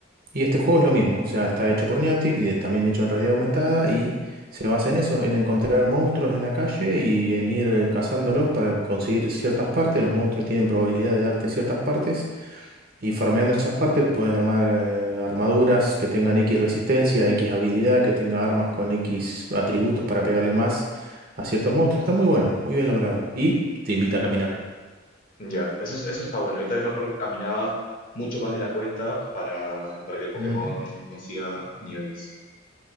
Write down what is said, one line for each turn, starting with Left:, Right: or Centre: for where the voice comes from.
Right: y este juego es lo mismo, o sea, está hecho por Niantic, y de- también hecho en realidad aumentada, y se basa en eso, en encontrar monstruos en la calle y en ir eh, cazándolos para conseguir ciertas partes. Los monstruos tienen probabilidad de darte ciertas partes, y farmeando esas partes puedes armar eh, armaduras que tengan X resistencia, X habilidad, que tenga armas con X atributos para pegarle más a ciertos monstruos. Está muy bueno, muy bien logrado. Y te invita a caminar.
Left: Ya, eso, es- eso está bueno. Yo también me acuerdo que caminaba mucho más de la cuenta para, para que el Pokémon
Right: Ujú.
Left: consiga niveles.